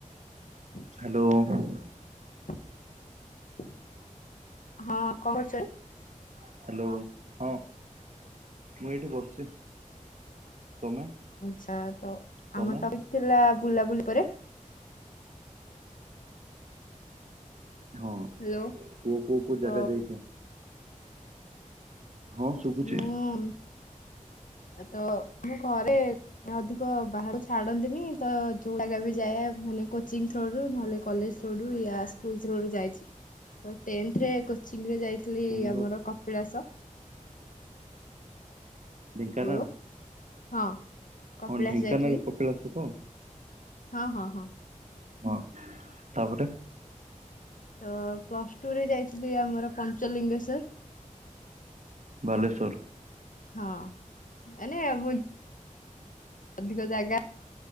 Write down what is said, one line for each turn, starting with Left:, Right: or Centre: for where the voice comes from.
Left: ହଁ
Right: Hello hello
Left: <unintelligible>
Right: hello ହଁ ମୁଁ ଏଇଠି ବସିଛି ତମେ?
Left: ଆଚ୍ଛା ତ
Right: ତମେ
Left: ଆମ ଟପିକ ଥିଲା ବୁଲାବୁଲି ପରେ
Right: ହଁ
Left: ହ୍ୟାଲୋ।
Right: ପୁଅ କୁଅ କୋଉ
Left: ତ
Right: ଜାଗା ଯାଇଛ? ହଁ ଶୁବୁଛି।
Left: ମୁଁ ତ ଆମ ଘରେ ଅଧିକ ବାହାରକୁ ଛାଡନ୍ତିନି ତ ଯୋଉ ଜାଗା ବି ଯାଏ ମାନେ କୋଚିଂଥ୍ରୋ ର ନହେଲେ କଲେଜ ଥ୍ରୋ ରୁ ୟା ସ୍କୁଲ ଥ୍ରୋ ରୁ ଯାଇଛି ଟେନ୍ଥ୍ ରେ କୋଚିଂରେ ଯା ଥିଲି
Right: ତମେ
Left: ଆମର
Right: ତ
Left: କପିଳାସ
Right: ଢ଼େଙ୍କାନାଳ?
Left: ହ୍ୟାଲୋ ହଁ। କପିଳାସ
Right: ହଁ ଢେଙ୍କାନାଳରେ
Left: ଯାଇଥିଲି
Right: କପିଳାସ ତ?
Left: ହଁ ହଁ ହଁ।
Right: ହଁ ତାପରେ
Left: ତ ପ୍ଲସ ଟୁ ରେ ଯାଇଥିଲି ଆମର ପଞ୍ଚଲିଙ୍ଗେଶ୍ଵର।
Right: ବାଲେଶ୍ୱର
Left: ହଁ ମାନେ ମୁଁ ଅଧିକ ଜାଗା